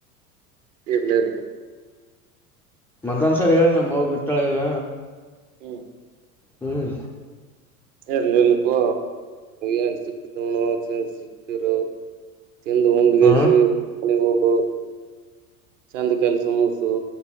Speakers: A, on the right (about 55°); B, in the centre.
A: ಇರ್ಲಿ ಇರ್ಲಿ
B: ಮತ್ತೊಂದಸರಿ ಹೇಳಿ ನಮ ಮ ಇಟ್ಟಾಳೆ ಈವ
A: ಹ್ಮ್
B: ಹ್ಮ್
A: ಇರ್ಲಿ ಇರ್ಲಿ ಪೋ ಏನ್ ಸಿಕ್ತತಣ ಸಿಕ್ತರು ತಿಂದು ಉಂಡ್ಗೇಸಿ
B: ಹ
A: ಮನೆಗ್ ಹೋಗು ಚಂದ್ ಕೆಲ್ಸ ಮುಗ್ಸು